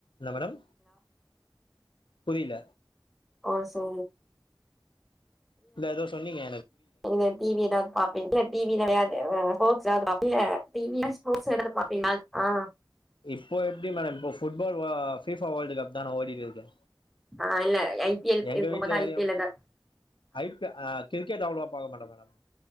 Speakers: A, on the left (about 75°); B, in the centre.
A: ந மேடம் புரில
B: ஓ சோ
A: இல்ல ஏதோ சொன்னிங்க
B: நீங்க டிவி ஏதாது பாப்பிங்க இல்ல டிவி கெடையாது ஸ்போர்ட்ஸ்ஸாது பாப்பே இல்ல டிவி ஸ்போர்ட்ஸ் எதாது பாப்பிங்கலா ஆ
A: இப்போ எப்டி மேடம் இப்போ புட்பால் ஆ பிபா வேல்டு கப் தான ஓடினு இருக்கு
B: ஆ இல்ல ஐ பி எல்
A: எங்க
B: இருக்கும்போது
A: வீட்ல
B: ஐ
A: எதையோ
B: பி எல் ஏதா
A: ஐப் ஆ கிரிக்கெட் அவ்ளவா பாக்க மாட்டோ மேடோ